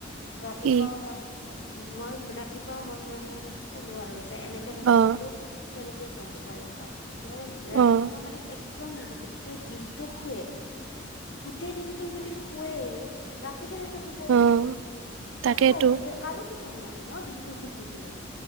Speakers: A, on the left; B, on the right.
A: ৰাতিপুৱাও
B: কি
A: মই মই ৰাতিপুৱাও মই মানে কলো আৰু যে এনেকে থাকিলেতো
B: অ'
A: কেনেকে যাব পাৰিবা ৰাতিপুৱা
B: অ'।
A: মানে এক মোৰ গোটেই দিনটো শুৱে।। গোটেই দিনতটো যদি শুৱে ৰাতি কেনেকে শুব
B: অ তাকেইতো
A: ৰাতিটো অ আৰু কণনি নাহে ন দিনতটো শুই থাকিলে